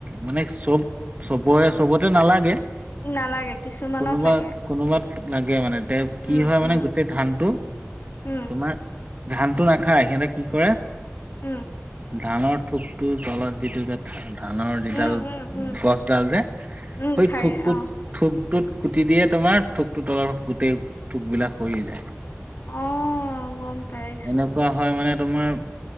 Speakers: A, on the right; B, on the left.
A: মানে চব চবৰে চবতে নালাগে
B: নালাগে কিছুমানত
A: কোনোবা
B: লাগে
A: কোনোবাত লাগে মানে
B: উম,
A: কি হয় মানে
B: উম,
A: গোটেই ধানটো
B: উম,
A: তোমাৰ ধানটো নাখায় সিহঁতে কি কৰে
B: উম
A: ধানৰ থোকটোৰ তলত যিটো যে ধানৰ যিডাল
B: উম, উম, উম,
A: গছডাল যে সেই
B: উম, ঠাৰি
A: থোকটোত
B: অ',
A: থোকটোত কুটি দিয়ে তোমাৰ ঠোকটো তলৰ গোটেই থোক বিলাক সৰি যায়।
B: অ', গম পাইছো,
A: এনেকুৱা হয় মানে তোমাৰ